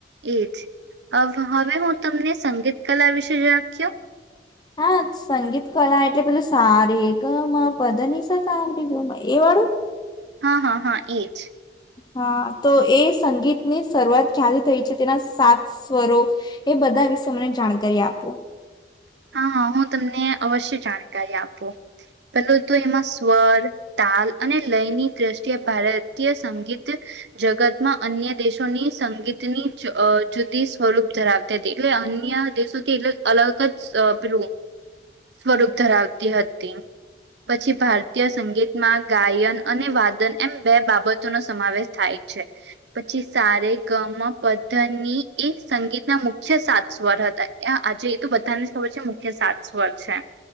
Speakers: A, on the right; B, on the left.
A: એજ હવે હું તમને સંગીત કલા વિશે રાખ્યો
B: હા સંગીત કલા એટલે પેલું સ રે ગ મ પ દ ની સાથે <unintelligible> ગયું એ વાળું
A: હા હા હા એજ
B: હા, તો એ સંગીતની શરૂઆત ક્યારે થઈ છે તેના સાત સ્વરો એ બધા વિશે મને જાણકારી આપો.
A: હા, હ હું તમને અવશ્ય જાણકારી આપું. પેલું તો એમાં સ્વર, તાલ અને લયની દ્રષ્ટિએ ભારતીય સંગીત જગતમાં અન્ય દેશોની સંગીતની જ અ જુદી સ્વરૂપ ધરાવતી તી એટલે અન્ય દેશોથી એટલ અલગ જ સ પેલું એ સ્વરૂપ ધરાવતી હતી, પછી ભારતીય સંગીતમાં ગાયન અને વાદન એમ બે બાબતોનો સમાવેશ થાય છે, પછી સારે ગમ પધની એ સંગીતના મુખ્ય સાત સ્વર હતા. એ આજે એ તો બધાને ખબર છે મુખ્ય સાત સ્વર છે.